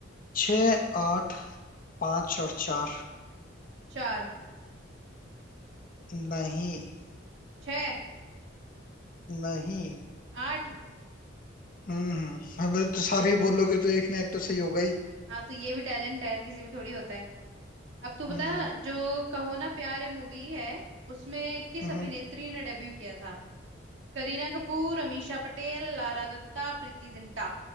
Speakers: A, on the left (about 45°); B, on the right (about 70°).
A: छ आठ पांच और चार
B: चार
A: नहीं
B: छह
A: नहीं
B: आठ
A: हम्म अबे तो सारे ही
B: <laughs>
A: बोलोगे तो एक ना एक तो सही होगा ही
B: हाँ तो ये भी टैलेंट है हर किसी में थोड़ी होता है अब तू बता
A: हम्म
B: जो कहो ना प्यार है मूवी है उसमें किस
A: हम्म
B: अभिनेत्री ने डेब्यू किया था करीना कपूर अमीषा पटेल लारा दत्ता प्रीति जिंटा